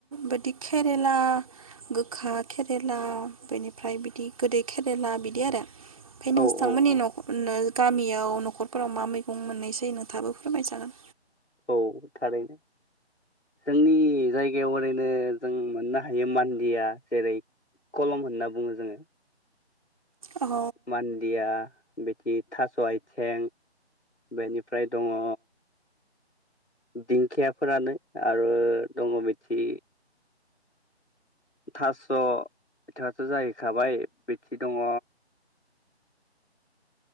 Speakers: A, on the right; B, on the left.
A: बिदि केरेला गोखा केेरेला बेनिफ्राय बिदि गोदै केरेला बिदि आरो ओमफ्राय
B: औ
A: नोंसांमोननि
B: औ औ
A: न' ओ गामियाव न'खरफोराव मा मैगं मोननाय‌ जायो नोंथाबो फोरमाय जागोन
B: औ थारैनो जोंनि जायगायाव ओरैनो जों मोननो हायो मान्दिया जेरै कलम होनना बुङो जोङो
A: अह
B: मान्दिया बिदि थास' आयथे बेनिफ्राय दङ दिंखियाफोरानो आरो दङ बिथि थास' थास जाहै खाबाय बिथि दङ